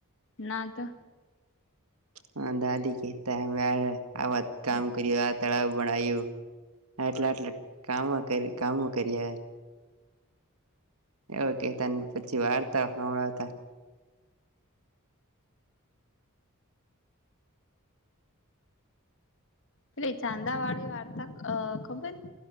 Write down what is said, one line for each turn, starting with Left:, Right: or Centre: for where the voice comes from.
Left: ના તો.
Right: હા દાદી કેતા અ આ વાત કામ કર્યું, આ તળાવ બણય્યું એટલા આટલે કામો કરી કામો કરીએ. એવ કેતા ને પછી વાર્તા સાળાવતા
Left: પે ચાંદા વાળી વાર્તા અ ખબર